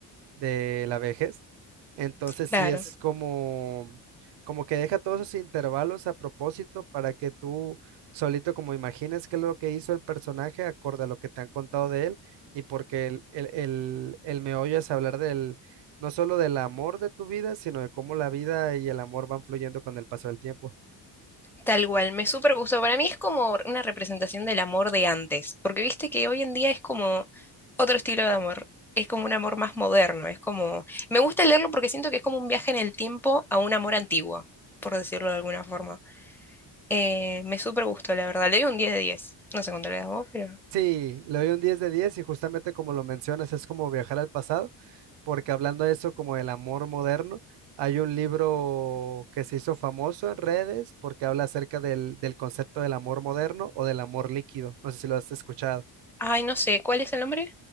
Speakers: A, on the right (about 75°); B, in the centre.
A: de la vejez. Entonces
B: Claro,
A: sí es como, como que deja todos esos intervalos a propósito para que tú solito como imagines qué es lo que hizo el personaje acorde a lo que te han contado de él y porque el, el, el, el meollo es hablar del, no solo del amor de tu vida, sino de cómo la vida y el amor van fluyendo con el paso del tiempo.
B: tal cual. Me súper gustó. Para mí es como una representación del amor de antes, porque viste que hoy en día es como otro estilo de amor. Es como un amor más moderno. Es como... Me gusta leerlo porque siento que es como un viaje en el tiempo a un amor antiguo, por decirlo de alguna forma. Eh, me súper gustó, la verdad. Le doy un 10 de 10. No sé cuánto le das vos, pero...
A: Sí, le doy un 10 de 10 y justamente como lo mencionas, es como viajar al pasado, porque hablando de eso como el amor moderno, hay un libro que se hizo famoso en redes porque habla acerca del, del concepto del amor moderno o del amor líquido, no sé si lo has escuchado.
B: Ay, no sé. ¿Cuál es el nombre?